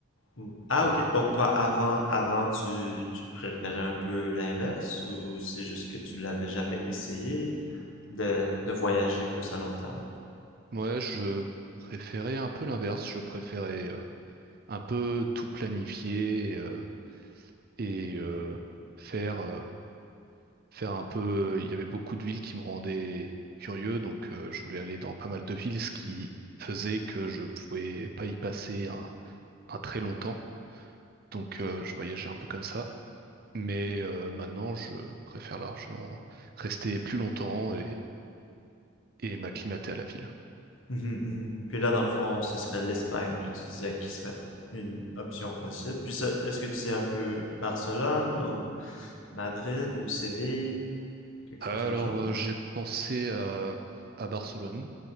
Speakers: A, on the left; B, on the right.
A: Hmm. Ah,
B: pour
A: ok.
B: moi.
A: Donc toi, avant, avant, tu, tu préférais un peu l'inverse ou c'est juste que tu l'avais jamais essayé de, de voyager plus à long terme?
B: Ouais, je préférais un peu l'inverse. Je préférais un peu tout planifier euh, et euh, faire, euh, faire un peu. Il y avait beaucoup de villes qui me rendaient curieux, donc euh, je voulais aller dans pas mal de villes, ce qui faisait que je pouvais pas y passer un, un très long temps. Donc euh, je voyageais un peu comme ça. Mais euh, maintenant, je préfère largement rester plus longtemps et et m'acclimater à la ville.
A: Mhm, mhm. Puis là, dans le fond, ce serait l'Espagne que tu disais qui serait une option possible. Puis ça, est-ce que tu sais un peu Barcelone ou Madrid ou Séville, quelque
B: Alors,
A: chose en genre?
B: euh, j'ai pensé à, à Barcelone